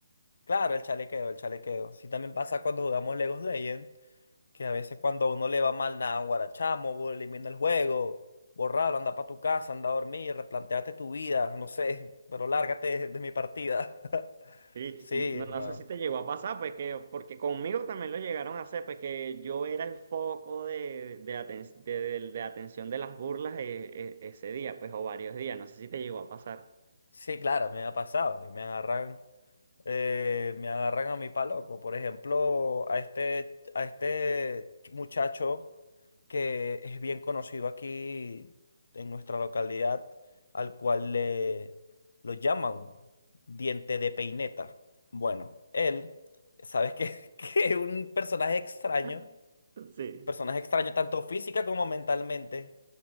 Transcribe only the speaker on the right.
sí
y no, no
sé si te llegó a pasar, pues que, porque conmigo también lo llegaron a hacer, pues que yo era el foco de, de, aten- de- de- de atención de las burlas eh, eh, ese día, pues, o varios días, no sé si te llegó a pasar.
<laughs> Sí.